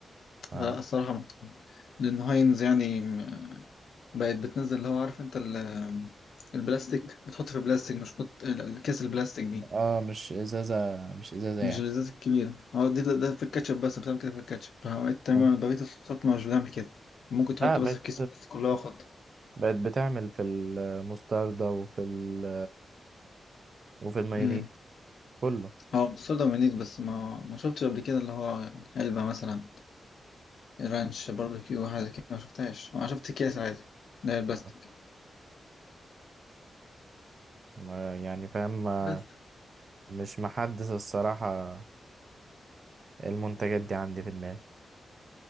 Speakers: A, on the right (about 50°); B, on the left (about 75°).
A: اه
B: لا الصراحة محترمة لأن هاينز يعني م- بقت بتنزل اللي هو عارف أنت ال- البلاستيك بتحط في بلاستيك مش بتحط ال- الكيس البلاستيك دي
A: آه، مش إزازة مش إزازة
B: مش
A: يعني
B: الازازة الكبيرة هو دي ده في الكاتشب بس بتعمل كده في الكاتشب فعملت
A: اه
B: تماما بقية الصوصات مش بتعمل كده ممكن تحط
A: لا بقت
B: بس في كيس بس كلها خط
A: بقت بتعمل في المستردة وفي ال... وفي المايونيز
B: امم
A: كله
B: هو مستورد ومنيت بس ما ما شفتش قبل كده اللي هو علبة مثلا رانش باربيكيو حاجة كده ما شفتهاش أنا شفت أكياس عادي اللي هي البلاستيك
A: آه. ما- يعني فاهم ما-
B: بس
A: مش محدث الصراحة المنتجات دي عندي في دماغي